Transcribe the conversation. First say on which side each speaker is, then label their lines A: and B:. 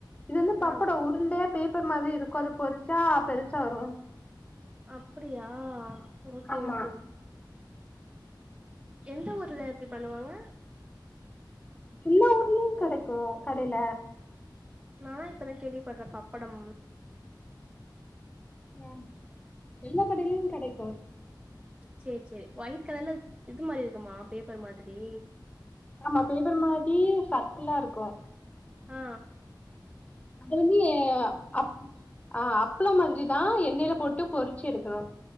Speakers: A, on the left (about 20°); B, on the right (about 15°).
A: இது வந்து பப்படம்
B: ஆ
A: உருண்டையா பேப்பர் மாதிரி இருக் கொஞ்ச பொரிச்சா பெருசா வரு
B: அப்டியா ஓகே
A: ஆமா
B: ஓகே எந்த ஊர்ல இப்டி பண்ணுவாங்க
A: எல்லா ஊர்லயு கடைக்கு கடைல
B: நா இப்பதா கேள்விப்பட்ற பப்படம்
A: ம் எல்லா கடையிலயு கெடைக்கு
B: சரி சரி ஒயிட் கலர்ல இது மாரி இருக்குமா பேப்பர் மாதிரி
A: ஆமா பேப்பர் மாரி சர்க்கில்லா இருக்கு
B: ஆ
A: அது வந்து அப் ஆ அப்பளம் மாதிரிதா எண்ணெயில போட்டு பொறிச்சு எடுக்கணு